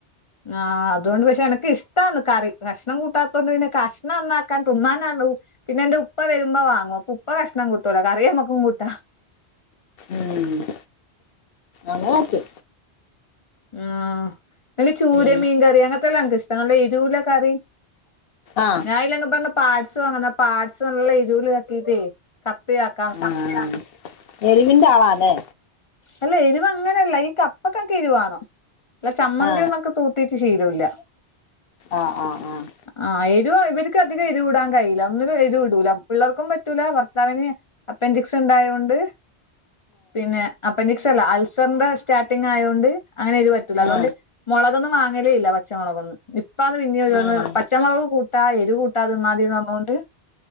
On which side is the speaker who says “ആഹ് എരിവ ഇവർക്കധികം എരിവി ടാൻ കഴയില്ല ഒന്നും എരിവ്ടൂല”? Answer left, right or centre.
Left